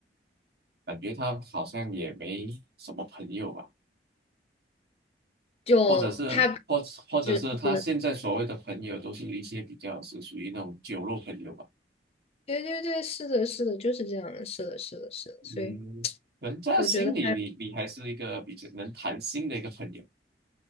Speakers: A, on the right; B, on the left.
A: 感觉他好像也没什么朋友吧，
B: 就他
A: 或者是或或者是他现在所谓的朋友都是一些比较是属于那种酒肉朋友吧。
B: 就是对对对，是的，是的，就是这样的，是的，是的，是的，
A: 嗯，
B: 所以
A: 人家心里你你还是一个比较能谈心的一个朋友，
B: 我觉得他。